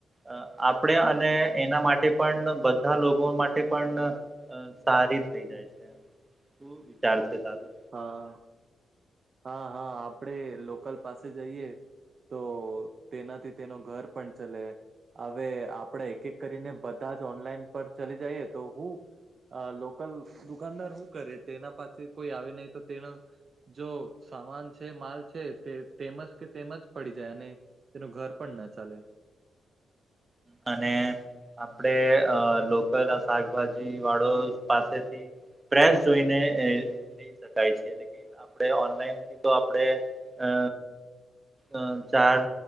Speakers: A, on the right; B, on the right.
A: અ આપણેે અને એના માટે પણ બધા લોકો માટે પણ અ સારી થઈ જાય છે શું વિચાર છે તારું?
B: હા હા હા આપડે લોકલ પાસે જઈએ તો તેનાથી તેનો ઘર પણ ચલે. અવે આપડે એક એક કરીને બધા જ ઓનલાઈન પર ચલી જઈએ તો હું અ લોકલ દુકાનદાર હું કરે તેના પાસે કોઈ આવે નય તો તેનો જો સામાન છે, માલ છે તે તેમજ કે તેમજ પડી જાય અને તેનું ઘર પણ ના ચાલે.
A: અને આપડે અ લોકલ આ શાકભાજી વાળો પાસેથી ફેશ જોઈને એ લઈ શકાય છે લેકી આપણે ઓનલાઈન થી તો આપણેે અ અ ચાર